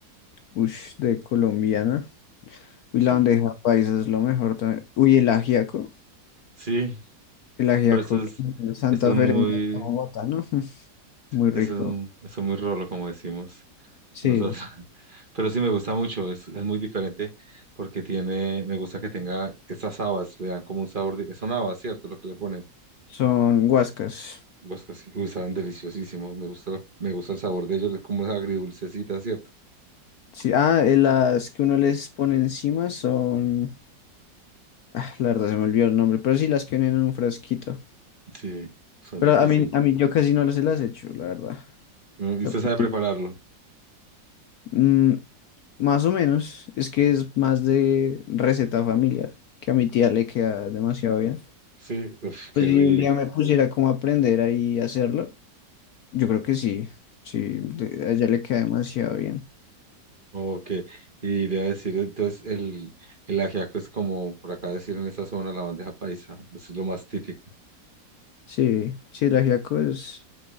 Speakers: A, on the left; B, on the right.
A: Ush, de colombiana. Uy,
B: Sí.
A: la bandeja paisa es lo mejor también. Uy, el ajiaco.
B: Sí,
A: El ajiaco
B: pero eso es,
A: que es Santa
B: eso es
A: Fe,
B: muy,
A: ¿no? <laughs> Muy rico.
B: eso es, un- eso es muy rolo, como decimos
A: Sí,
B: nosotros. <laughs> Pero sí me gusta mucho, es, es muy diferente porque tiene, me gusta que tenga estas habas, le dan como un sabor de, son habas, ¿cierto? Lo que le ponen.
A: son guascas.
B: Pues casi, uy, saben deliciosísimos, me gusta, me gusta el sabor de ellos, es como agridulcecita, ¿cierto?
A: Sí, ah, eh, las que uno les pone encima son... Ah, la verdad se me olvidó el nombre, pero sí las que vienen en un frasquito.
B: Sí, son
A: Pero
B: riquísimos.
A: a mí, a mí yo casi no se las hecho, la verdad.
B: Bueno,
A: O sea,
B: ¿Y usted
A: para
B: sabe prepararlo?
A: mí, mm, más o menos, es que es más de receta familiar, que a mi tía le queda demasiado bien.
B: Sí, uf,
A: Pues
B: qué
A: si
B: rico.
A: un día me pusiera como a aprender ahí a hacerlo, yo creo que sí, sí, de- a ella le queda demasiado bien.
B: Ok, y le iba a decir, entonces el, el ajiaco es como por acá decir en esa zona la bandeja paisa, es lo más típico.
A: Sí, sí, el ajiaco es...